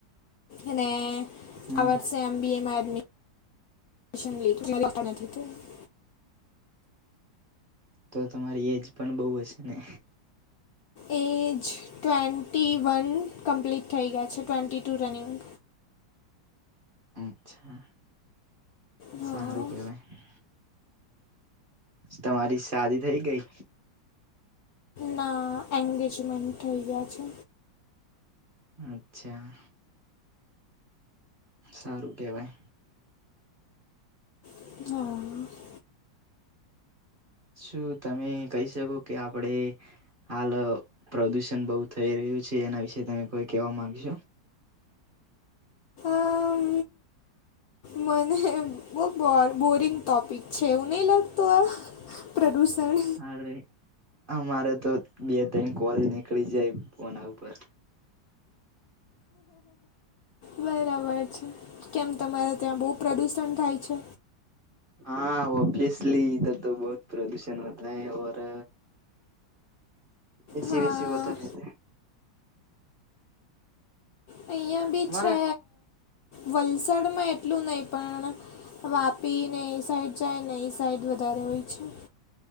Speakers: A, on the left; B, on the right.
A: અને.
B: હમ
A: આ વર્ષે એમ બી એ મા, એડમિ <unintelligible>
B: તો તમારી એજ પણ બહુ હશે ને?
A: એજ ટ્વેન્ટી વન કમ્પ્લીટ થઈ ગયા છે. ટ્વેન્ટી ટુ રનિંગ
B: અચ્છા
A: હા
B: સારું કેવાય. તમારી શાદી થઇ ગઈ.
A: ના એન્ગેજમેન્ટ થઈ ગયા છે.
B: અચ્છા. સારું કેવાય.
A: હા.
B: શું તમે કહી શકો કે આપણે. હાલ પ્રદુષણ બહુ થઈ રહ્યું છે. એના વિશે તમે કોઈ કહેવા માંગ સો.
A: આમ, મને બહુ બો બોરિંગ ટોપીક છે એવો નહી લાગતું આ. પ્રદૂષણ
B: અરે અમારે તો બે ત્રણ કોલ નીકળી જાય, ફોના ઉપર
A: બરાબર છે, કેમ તમારા ત્યાં બહુ પ્રદૂષણ થાય છે?
B: હા ઓબ્વિસલી, ઇધર તો બહુત પ્રદૂષણ હોતા હૈ, ઓર એસી
A: હા
B: વેસી હોતા રહેતા હે.
A: અહીંયા બી
B: હમારા
A: છે, વલસાડમાં એટલું નઈ, પણ વાપી ને એ સાઈડ જાય ને એ સાઈડ વધારે હોય છે.